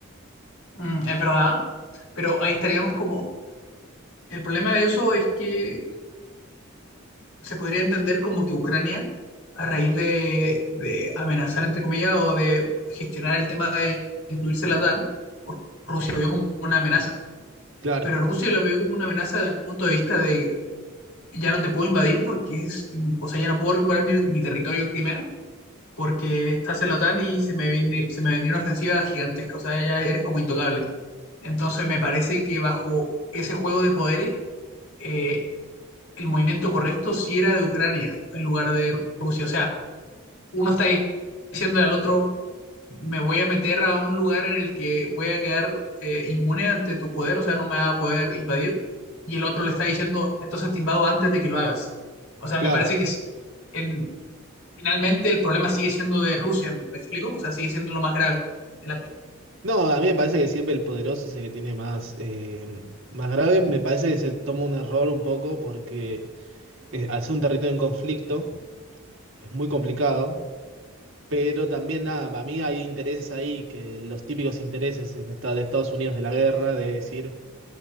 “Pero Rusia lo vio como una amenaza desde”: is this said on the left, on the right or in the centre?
Left